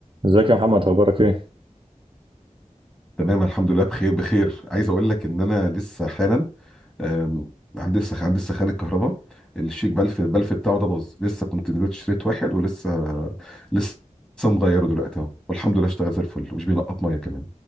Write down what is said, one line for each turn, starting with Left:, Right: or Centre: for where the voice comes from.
Right: ازيك يا محمد اخبارك ايه
Centre: تمام الحمد لله بخير بخير عايز اقول لك ان انا لسه حالا آم، عندي سخ عندي سخان الكهرباء الشيك بلف البلف بتاعه ده باظ لسه كنت نزلت اشتريت واحد ولسه لسه مغيره دلوقتي اهو والحمد لله اشتغل زي الفل ومش بينقط ميه كمان